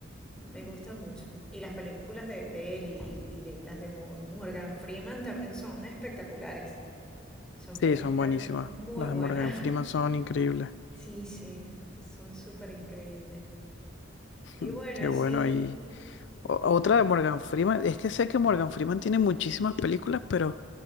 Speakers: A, in the centre; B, on the left.
A: me gusta mucho. Y las películas de, de él y, y- y de las de Mo- Morgan Freeman también son espectaculares. Son
B: Sí,
A: películas
B: son buenísimas.
A: muy
B: Las
A: buenas.
B: de Morgan Freeman
A: <laughs>
B: son increíbles. <laughs>
A: Sí, sí, son súper increíbles. Y
B: Mm,
A: bueno,
B: Qué
A: así,
B: bueno ahí. O- Otra de Morgan Freeman, es que sé que Morgan Freeman tiene muchísimas películas, pero